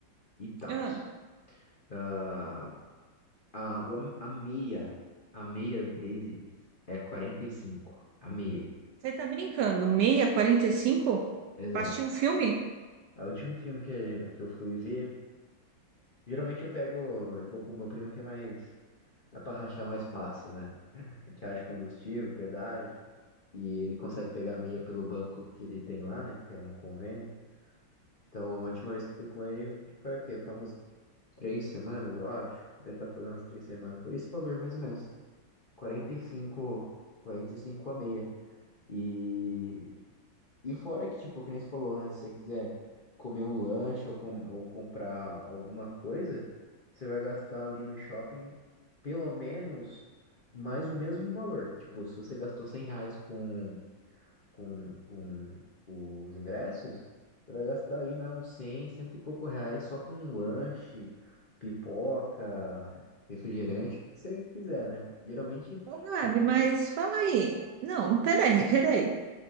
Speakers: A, on the left; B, on the right.
A: e, tal.
B: Ah,
A: Ah, a, o- a meia, a meia deles é quarenta e cinco A meia,
B: você tá brincando? Meia, 45?
A: exato.
B: Pra assistir um filme?
A: Ah, O último filme que, que eu fui ver, geralmente eu pego, eu vou com o meu primo que é mais, dá pra rachar mais fácil, né? A gente racha combustível, pedágio, e ele consegue pegar meia pelo banco que ele tem lá, né? Que é um convênio. Então, a última vez que eu fui com ele, acho que foi o quê? Foi umas três semanas, eu acho. Deve estar fazendo umas três semanas. Foi esse valor, mais ou menos. quarenta quarenta e cinco, quarenta e cinco a meia. E E fora que, tipo, que nem você falou, né? Se você quiser comer um lanche ou, com, ou comprar alguma coisa, você vai gastar ali no shopping pelo menos mais o mesmo valor. Tipo, se você gastou 100 reais com, com, com os ingressos, você vai gastar aí mais uns cem cento e pouco reais só com um lanche, pipoca, refrigerante, o que que você quiser, né? Geralmente,
B: Ô, Gabi,
A: o...
B: mas fala aí. Não, peraí, peraí.